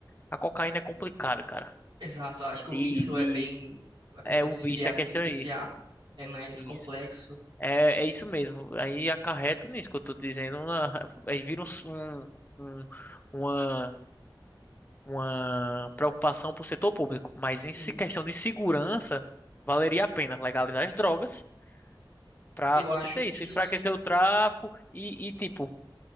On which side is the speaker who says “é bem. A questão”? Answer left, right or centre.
Right